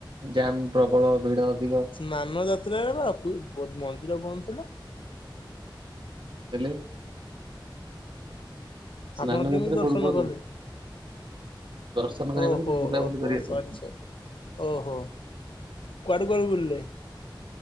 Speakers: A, on the right; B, on the left.
A: ଜାମ୍ ପ୍ରବଳ ଭିଡ଼ ଅଧିକ।
B: ନାନ ଯାତ୍ରାରେ ଅପି ବ ମନ୍ଦିର ବନ୍ଦ ଥିଲା।
A: ଏଲେ ସ୍ନାନ
B: ଆପଣ କେମିତି
A: ଯାତ୍ରା
B: ଦର୍ଶନ
A: ପୂର୍ବରୁ
B: କଲେ?
A: ଦର୍ଶନ କରିବା
B: ଓହୋ
A: ପାଇଁ <inaudible> ବୁଲାବୁଲି
B: ଓହୋ
A: କରିବାକୁ।
B: ସରି ସରି ଓହୋ କୁଆଡ଼େ କୁଆଡ଼େ ବୁଲଲେ?